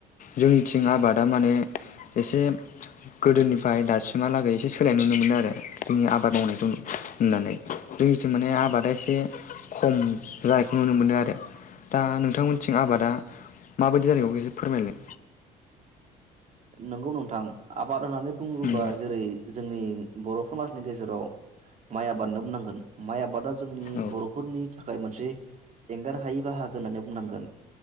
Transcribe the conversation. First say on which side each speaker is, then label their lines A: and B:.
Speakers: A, on the left (about 50°); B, on the right (about 45°).
A: जोंनिथिं आबादा माने एसे गोदोनिफाय दासिमहालागै एसे सोलाय नुनो मोनो आरो जोंनि आबाद मावनायखौ। होननानै जोंनिथिं माने
B: औ
A: आबादा एसे खम जानायखौ नुनो मोनो आरो दा नोंथांमोनथिं आबादा माबायदि जानायखौ एसे फोरमायलाय।
B: नंगौ नोंथां आबाद होनानै बुङोबा
A: उम
B: जेरै जोंनि बर' समाजनि गेजेराव माइ आबादनो बुंनांगोन माइ आबादा जोंनि
A: औ
B: बर'फोरनि थाखाय मोनसे एंगार हायि बाहागो होननानै बुंनांगोन।